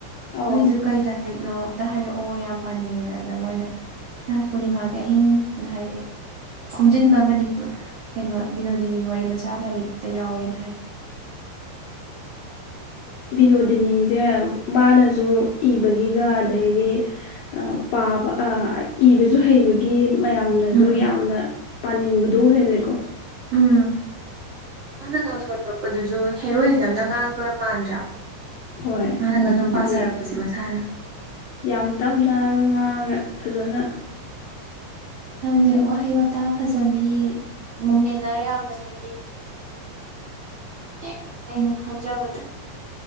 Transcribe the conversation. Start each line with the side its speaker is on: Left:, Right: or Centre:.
Left: ꯑꯧ
Right: ꯅꯣꯏꯁꯨ ꯀꯩ ꯂꯥꯏꯔꯤꯛꯅꯣ ꯑꯝꯇ ꯍꯥꯏꯔꯛꯑꯣ ꯌꯥꯝ ꯄꯥꯅꯤꯡꯉꯦꯅ ꯑꯗ ꯃꯣꯏꯅ ꯔꯥꯁ ꯄꯨꯔꯅꯤꯃꯥ ꯑꯍꯤꯡ ꯍꯥꯏꯅ ꯍꯥꯏꯔꯛꯑꯦ ꯈꯣꯝꯖꯤꯟꯕ ꯃꯅꯤꯄꯨꯔ ꯀꯩꯅꯣ ꯕꯤꯅꯣꯗꯤꯅꯤꯒꯤ ꯋꯥꯔꯤ ꯃꯆꯥ ꯂꯥꯏꯔꯤꯛꯇ ꯌꯥꯎꯋꯦꯅ ꯍꯥꯏ
Left: ꯕꯤꯅꯣꯗꯤꯅꯤꯁꯦ ꯃꯥꯅꯁꯨ ꯏꯕꯒꯤꯒ ꯑꯗꯩꯗꯤ ꯑ ꯄꯥꯕ ꯑ ꯏꯕ ꯁꯨ ꯍꯩꯕꯒꯤ ꯃꯌꯥꯝꯅꯁꯨ
Right: ꯎꯝ
Left: ꯌꯥꯝꯅ ꯄꯥꯅꯤꯡꯕꯗꯣ ꯑꯣꯏꯍꯜꯂꯦꯀꯣ
Right: ꯎꯝ ꯃꯥꯅ ꯉꯥꯡꯊꯣꯔꯛꯄꯗꯨꯁꯨ ꯍꯦꯔꯣꯏꯟ ꯑꯃꯅ ꯉꯥꯡꯕ ꯃꯥꯟꯗ꯭ꯔꯥ
Left: ꯍꯣꯏ
Right: ꯃꯥꯅꯒ ꯁꯨꯝ
Left: ꯍꯥꯏꯗꯤ
Right: ꯄꯥꯖꯔꯛꯄꯁꯦ ꯃꯁꯥꯅ
Left: ꯌꯥꯝ ꯇꯞꯅꯑꯒ ꯉꯥꯡꯉꯒ ꯐꯖꯅ
Right: ꯖꯤ ꯋꯥꯍꯩ ꯋꯥꯇꯥ ꯐꯖꯕꯤ ꯃꯣꯃꯦꯂꯔ ꯌꯥꯝꯅ ꯂꯩꯕꯅꯤ ꯑꯦ ꯑꯩꯅ ꯈꯪꯖꯕꯗ